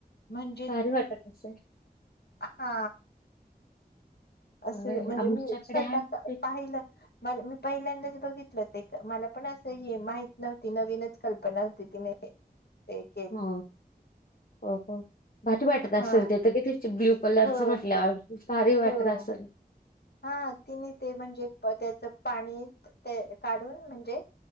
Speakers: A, on the left; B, on the left.
A: म्हणजे
B: भारी वाट असल.
A: हा असं
B: बरं आहे
A: म्हणजे
B: आमच्याकडे
A: मी स्वतः
B: आहे
A: पाहिलं मला मी पहिल्यांदाच बघितलं, ते मला पण असं हे माहित नव्हती, नवीनच कल्पना होती तिने ते एक
B: हो हो हो भारी वाटत
A: हा
B: असल ते, तर किती ब्ल्यू? कलरच
A: हो
B: म्हटल्यावर भारी
A: हो
B: वाटत असंल.
A: हा तिने ते म्हणजे त्याचं पाणी ते काढून म्हणजे